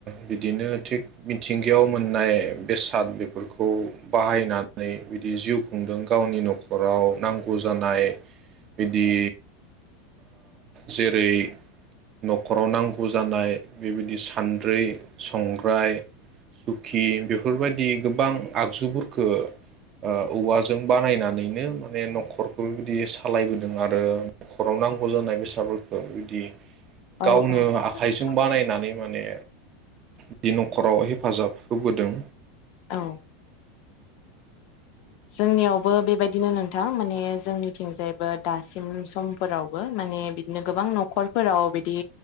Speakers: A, on the right; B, on the left.
A: बिदिनो थिग मिथिंगायाव मोननाय बेसाद बेफोरखौ बाहायनानै बिदि जिउ खुंदों गावनि न'खराव नांगौ नांगौ जानाय बिदि जेरै न'खराव नांगौ जानाय बेबायदि सान्द्रि संग्राय सुखि बेफोर बायदि गोबां आगजुफोरखो ओ औवाजों बानायनानैनो माने न'खर न'खरखौ बिबायदि सालायबोदों आरो न'खराव नांगौ जानाय बेसादफोरखौ बिबदि
B: औ
A: गावनो
B: औ नंगौ
A: आखाइजों
B: नोंथां
A: बानायनानै माने बि न'खराव हे हेफाजाब होबोदों।
B: औ। जोंनियावबो बेबायदिनो नोंथां माने जोंनिथिंजायबो दासिम समफोरावबो माने बिदिनो गोबां न'खरफोराव बिदि